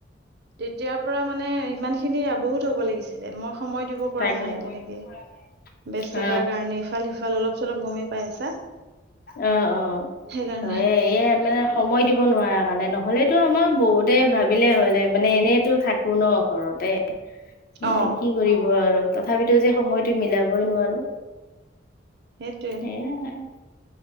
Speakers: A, on the right; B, on the left.
A: তেতিয়াৰ পৰা মানে ইমান খিনি বহুত হব লাগিছিলে মই সময় দিব পৰা
B: তাকে
A: নাই
B: অ' সময়
A: তেনেকে।
B: দিব পৰা নাই অ'।
A: ব্যস্ততাৰ
B: উম।
A: কাৰণে ইফাল সিফাল অলপ চলপ গমেই পাই আছা।
B: অ অ
A: সেইকাৰণে
B: হয় এ মানে সময় দিব নোৱাৰা কাৰণে নহ'লেতো আমাৰ বহুতে ভাবিলে হ'লে মানে এনেইতো থাক কোন ঘৰতে কিন্তু
A: অ
B: কি কৰিব আৰু। তথাপিতো যে সময়টো মিলাবই নোৱাৰো
A: সেইটোৱে
B: সেইয়াই।